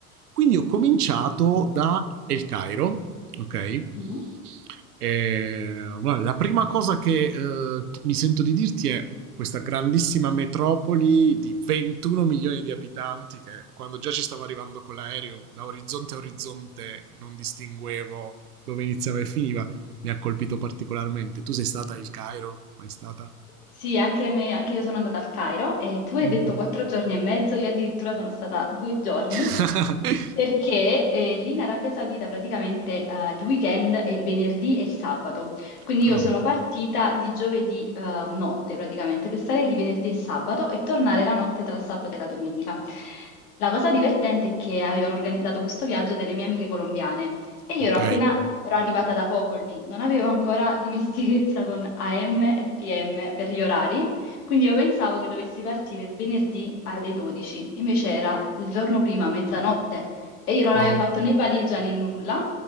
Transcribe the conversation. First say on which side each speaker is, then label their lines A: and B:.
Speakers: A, on the right; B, on the left.
A: Quindi ho cominciato da El Cairo, ok?
B: Mm.
A: E, Bueno, la prima cosa che eh, mi sento di dirti è questa grandissima metropoli di 21 milioni di abitanti che quando già ci stavo arrivando con l'aereo da orizzonte a orizzonte non distinguevo dove iniziava e finiva mi ha colpito particolarmente. Tu sei stata al Cairo? Mai stata?
B: Sì, anche, me- anche io sono andata al Cairo e tu hai
A: Mm.
B: detto quattro giorni e mezzo, io addirittura sono stata due giorni
A: <laughs>
B: perché eh, lì in Arabia Saudita praticamente eh, il weekend è il venerdì e il sabato, quindi
A: Ah,
B: io sono partita di giovedì eh, notte praticamente per stare lì venerdì e sabato e tornare la notte tra il sabato e la domenica. La cosa divertente è che avevano organizzato questo viaggio delle mie amiche colombiane. E
A: ok.
B: io ero appena ero arrivata da poco lì, non avevo ancora dimestichezza con AM e PM per gli orari, quindi io pensavo che dovessi partire il venerdì alle 12, invece era il giorno prima, mezzanotte, e io non
A: Wow,
B: avevo fatto né valigia né nulla,